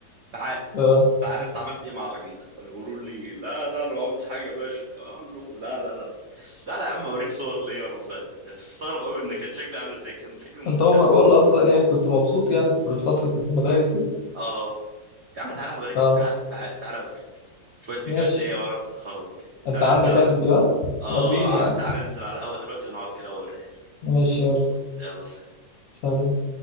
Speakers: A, on the right; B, on the left.
A: تعال
B: اه
A: تعال انت عملت ايه مع الراجل ده فيقولوا لي لا لا انا ما عملتش حاجه يا باشا اقول لهم لا لا لا لا لا يا عم اوريك صور ليا وانا صغير هتستغرب قوي ان كان شكلي عامل ازاي كان شكلي متساوي
B: انت اوفر اول اصلا يعني كنت مبسوط يعني في فترة المدارس دي
A: اه يا عم تعالى هوريك
B: اه
A: تعالى تعالى تعالى هوريك شوية فيديوهات
B: ماشي
A: ليا وانا في التخرج كده
B: انت
A: تعالى
B: عندك
A: ننزل على
B: يعني فيديوهات
A: اه
B: وريني
A: ع-
B: يعني
A: تعالى ننزل على قهوة دلوقتي ونقعد كده واوريها لك
B: ماشي يلا
A: يلا سلام
B: سلام